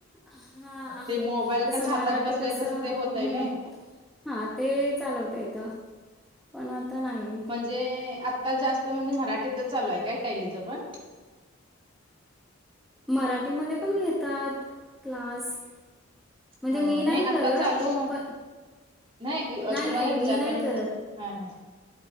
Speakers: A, in the centre; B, on the right.
A: हा
B: ते मोबाईल
A: तस
B: कस हातात
A: मराठी
B: बसलय
A: कस
B: तस
A: हम्.
B: ते होतय नाही
A: हा ते चालवता येतं पण आता नाही.
B: जे आता जास्त म्हणजे मराठीतच चालू आहे काय टॅली च पण.
A: मराठीमध्ये पण घेतात क्लास. म्हणजे
B: हा
A: मी
B: हा नाही आता
A: करत
B: चालू आहे
A: पण
B: नाही तुम्हाला
A: नाही मी
B: विचारते
A: नाही
B: म्हणजे.
A: करत
B: हा हा